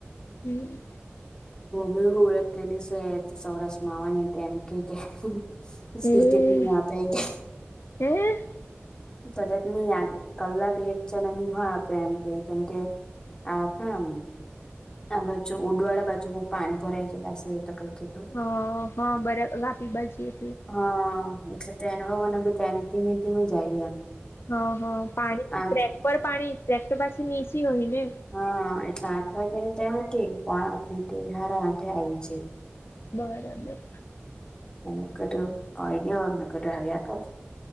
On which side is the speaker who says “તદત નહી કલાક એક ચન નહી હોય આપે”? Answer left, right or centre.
Left